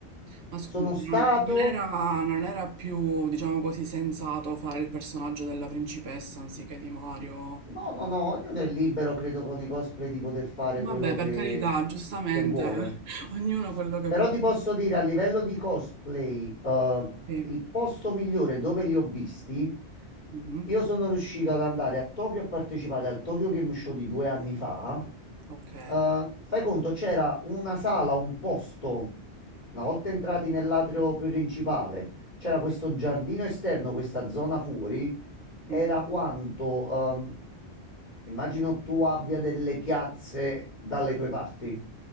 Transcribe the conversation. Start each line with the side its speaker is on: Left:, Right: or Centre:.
Right: Ma scusi,
Left: Sono stato...
Right: non, non era, non era più, diciamo così, sensato fare il personaggio della principessa anziché di Mario?
Left: No, no, no, ognuno è libero, credo, con i cosplay di poter fare
Right: Vabbè,
Left: quello
Right: per
Left: che,
Right: carità, giustamente,
Left: che vuole.
Right: <laughs> ognuno quello che
Left: Però
Right: vuole.
Left: ti posso dire a livello di cosplay, eh,
Right: Sì.
Left: il posto migliore dove li ho visti,
Right: Mhm.
Left: io sono riuscito ad andare a Tokyo a partecipare al Tokyo Game Show di due anni fa.
Right: Ok.
Left: Eh, fai conto, c'era una sala, un posto, una volta entrati nell'atrio principale, c'era questo giardino esterno, questa zona fuori, era
Right: Mhm.
Left: quanto, ehm, immagino tu abbia delle piazze dalle tue parti.